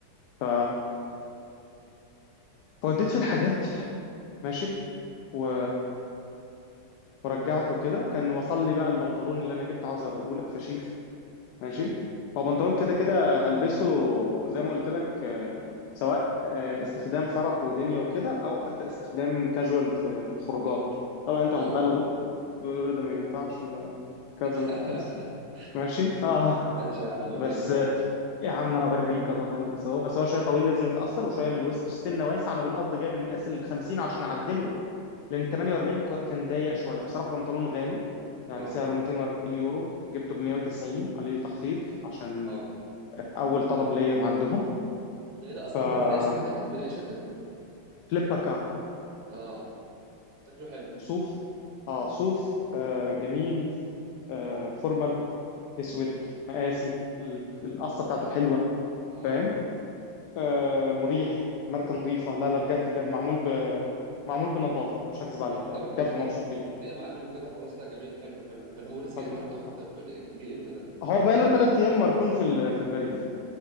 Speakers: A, on the left; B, on the right.
A: ف فوديت في الحاجات ماشي و... ورجعت وكده وكان وصل لي بقى البنطلون اللي انا جبته عاوز اوريهولك فشيخ ماشي
B: وريني
A: هو بنطلون
B: امم
A: كده كده هلبسه زي ما قلت لك آه، سواء آه، استخدام فرح ودنيا وكده او حتى استخدام كاجوال في في الخروجات طبعا انتوا
B: اه
A: هتبالغوا تقولوا ده ما ينفعش وده كذا
B: <laughs>
A: وده كذا ماشي اه
B: ماشي يا عم ورينا
A: بس
B: يا عم
A: آه، يا عم هوريك اهو هلبس اهو بس هو شويه طويل لازم يتاثر وشويه من الوسط السنه واسع انا بالقصد جايب المقاس ال 50 عشان اعدله لان 48
B: اه
A: ك- كان ضيق شويه بصراحه بنطلون غالي يعني
B: اه
A: سعره 240 يورو جبته ب 190 عليه تخفيض عشان
B: اه
A: اول طلب ليا عندهم
B: ده ايه ده اصلا
A: ف
B: ده من اي شركة تاني من اي شركة
A: فليبكا
B: اه شكله حلو
A: صوف اه صوف آه جميل آه فورمال اسود مقاسي ال- القصه بتاعته حلوه
B: اه
A: فاهم آه مريح ماركه نظيفه لا لا بجد بجد معمول ب معمول بنظافه مش هكذب عليك
B: لو انت
A: يعني
B: لو
A: بجد
B: انت
A: مبسوط
B: مبسوط
A: بيه
B: بيه يا معلم وكده خلاص لا جميل حلو حلو حلو هو لسه جاي
A: حبيبي
B: النهارده ولا انت
A: آه،
B: بتقول إيه؟ جه امتى ده
A: هو بقاله ثلاث ايام مركون في ال- في البريد